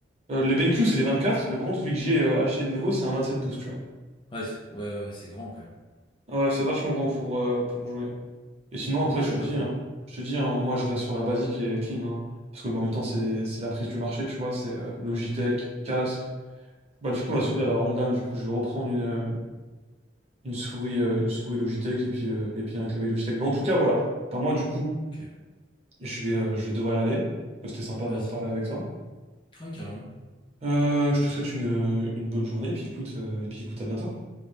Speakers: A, on the right (about 35°); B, on the left (about 25°).
A: Euh, les BenQ, c'est des 24, mais par contre, celui que j'ai euh, acheté le nouveau, c'est un 27 pouces, tu vois.
B: Ouais, c'est- ouais, ouais, c'est grand quand même.
A: Ah Ouais, c'est vachement grand pour, euh, pour jouer. Et sinon, après,
B: Moi,
A: je
B: j'aime
A: te dis,
B: pas trop.
A: hein, je te dis, hein, moi, je reste sur la basique et clean. hein. parce que, bon, en même temps, c'est c'est la prise du marché, tu vois, c'est euh, Logitech, casque. Bah, du coup, ma souris, elle va rendre l'âme. Du coup, je vais reprendre une, euh, une souris, euh, une souris Logitech et puis, euh, et puis un clavier Logitech. Mais en tout cas, voilà. Par moi, du coup,
B: Ok,
A: je vais, euh, je vais devoir y aller. C'était sympa
B: vas-y.
A: d'avoir parlé avec toi.
B: Ouais, carrément.
A: Euh, je te souhaite une, une bonne journée. puis, écoute, euh, et puis, écoute, à bientôt.